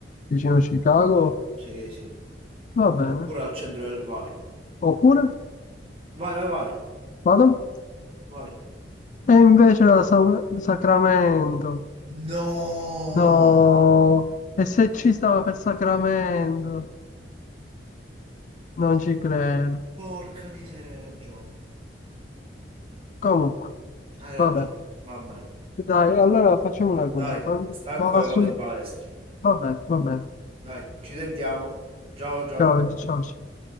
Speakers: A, on the left; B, on the right.
A: Vicino Chicago,
B: Sì, sì.
A: va bene.
B: Oppure al centro del... Vai.
A: Oppure,
B: Vai, vai, vai.
A: vado.
B: Vai.
A: E invece la Sa- Sacramento.
B: No!
A: No, e se ci stava per Sacramento? Non ci credo.
B: Porca miseria, hai ragione.
A: Comunque,
B: Hai ragione.
A: vabbè.
B: Va bene.
A: Dai, allora facciamo una cosa.
B: Dai,
A: Vado
B: stacco e
A: a studiare.
B: vado in palestra.
A: Vabbè, vabbè.
B: Dai, ci sentiamo. Ciao, ciao.
A: Ciao, ciao. ciao.